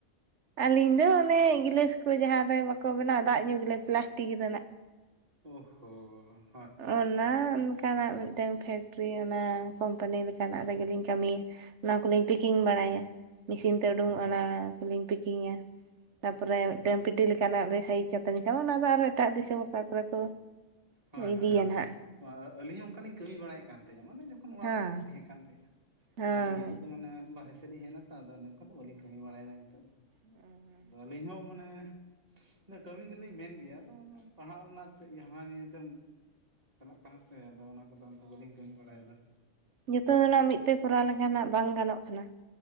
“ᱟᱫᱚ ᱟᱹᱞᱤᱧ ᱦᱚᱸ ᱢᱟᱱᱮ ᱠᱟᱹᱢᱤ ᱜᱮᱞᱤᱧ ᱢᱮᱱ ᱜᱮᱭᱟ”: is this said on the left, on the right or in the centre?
Right